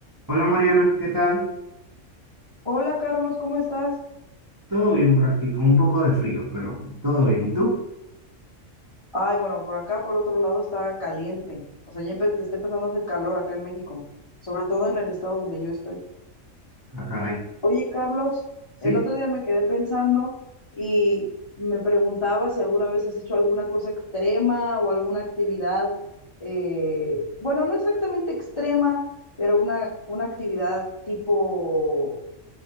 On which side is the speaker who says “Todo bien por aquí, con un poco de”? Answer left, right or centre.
Right